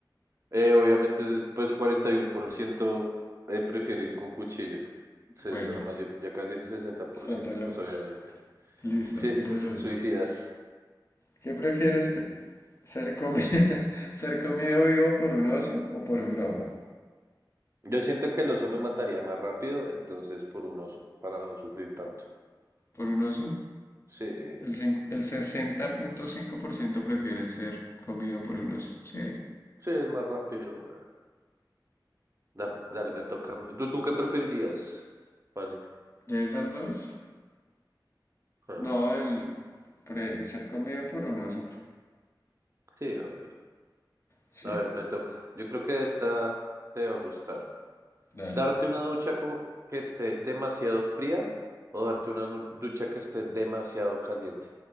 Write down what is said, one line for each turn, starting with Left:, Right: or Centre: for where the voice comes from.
Right: Eh, obviamente después 41% eh, prefiere ir con cuchillo. Se-
Left: Bueno,
Right: La mayor, ya casi el sesenta por
Left: están
Right: ciento
Left: re locos.
Right: pues obviamente.
Left: Listo,
Right: Sí,
Left: sigo
Right: es-
Left: yo.
Right: suicidas.
Left: ¿Qué prefiere usted? ¿Ser comi- <laughs> ser comido vivo por un oso o por un lobo?
Right: Yo siento que el oso me mataría más rápido, entonces por un oso, para no sufrir tanto.
Left: ¿Por un oso?
Right: Sí,
Left: El, sesenta punto cinco- el ciento prefiere ser comido por un oso. Sí.
Right: sí, es más rápido, güey. Dame, dale, me toca. a mí. ¿Tú, tú qué preferirías, Fanny?
Left: ¿De esas dos?
Right: Ah,
Left: No, el, pre- el ser comido por un oso.
Right: sí, obvio.
Left: Sí,
Right: A ver, me toca. Yo creo que esta te va a gustar.
Left: dale.
Right: ¿Darte una ducha con- que esté demasiado fría o darte una nu- ducha que esté demasiado caliente?